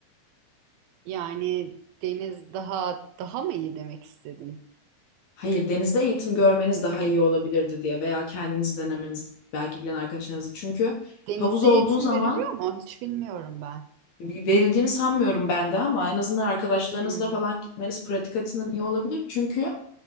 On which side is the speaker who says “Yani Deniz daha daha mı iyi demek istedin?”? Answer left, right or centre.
Right